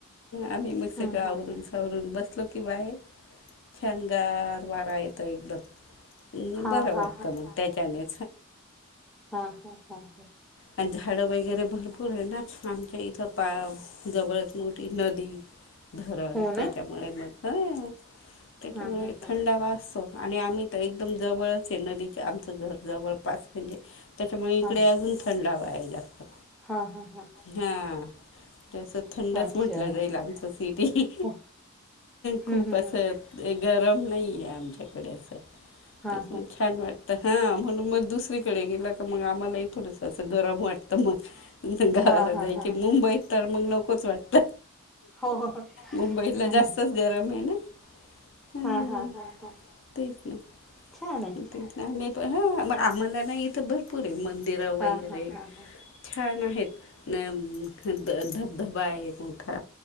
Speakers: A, on the left; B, in the centre.
A: आम्ही मग
B: हम्
A: सगळं आवरून
B: हम् हम
A: सावरून बसलो. कि बाहेर छान! गार वारा येतो एकदम. हम
B: हा
A: बरं
B: हा
A: वाटतं मग त्याच्याने.
B: हा हा हा हा.
A: आणि झाडं वगैरे भरपूर आहे ना, आमच्या इथं पा- जवळचं मोठी नदी धरण
B: हो
A: त्याच्यामुळे
B: ना
A: मग त्याच्यामुळे
B: हा हा हा
A: थंडा वा असत हो, आणि आम्ही तर एकदम जवळच आहे, नदीच्या आमचं घर जवळ पास म्हणजे त्याच्यामुळे इकडे
B: हा
A: अजून थंड हवा आहे जास्त.
B: हा हा.
A: हा. जस थंडच
B: अच्छा
A: म्हंटलं जाईल, आमच सिटी.
B: हो
A: खूप
B: हम्म हम्म
A: असं
B: हम्म हम्म.
A: एक ग रम नाही आहे आमच्याकडे असं
B: हा
A: त्याच्यामुळे
B: हा
A: छान! वाटतं. हा म्हणून मग दुसरीकडे गेला का, मग आम्हाला ही थोडस अस गरम वाटत मग. गावाला
B: हा हा
A: जायची
B: हा
A: मुंबईत तर, मग नकोच वाटतं.
B: हो हो हो
A: मुंबईला
B: हम्म.
A: जास्तच गरम आहे ना? हां
B: हा हा हा हा
A: तेच ना
B: छान! आहे.
A: तेच ना आम्ही हा मग आम्हाला नाही इथं भरपूर आहे, मंदिरं
B: हा
A: वगैरे
B: हा हा हा
A: छान आहेत. धबधबा आहे मोठा